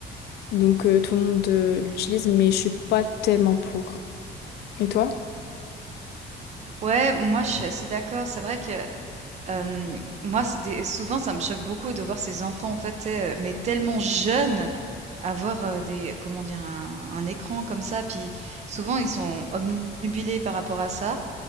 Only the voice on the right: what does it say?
Ouais, moi je suis assez d'accord. C'est vrai que hem, moi c'est des souvent ça me choque beaucoup de voir ces enfants en fait, tu sais, heu, mais tellement jeunes avoir, heu, des comment dire? Un un écran comme ça, puis souvent ils sont obnubilés par rapport à ça